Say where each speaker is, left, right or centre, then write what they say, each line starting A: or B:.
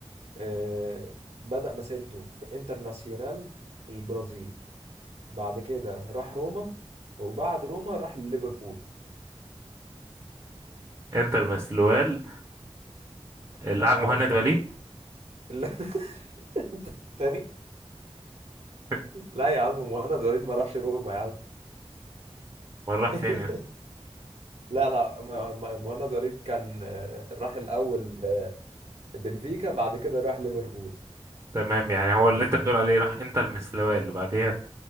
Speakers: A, on the right; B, on the right.
A: آه بدأ مسيرته في انترناسيونال البرازيلي بعد كده راح روما وبعد روما راح ليفربول
B: انتر مسلوال اللاعب
A: اه
B: مهند وليد
A: <laughs> تاني
B: <laughs>
A: لا يا عم مهند وليد ما راحش روما يا عم
B: ولا راح فين
A: <laughs> لا لا م- م- مهند وليد كان آه، راح الأول آه، بنفيكا بعد كده راح ليفربول
B: تمام يعني هو اللي انت بتقول عليه راح انت المسلوال اللي بعديها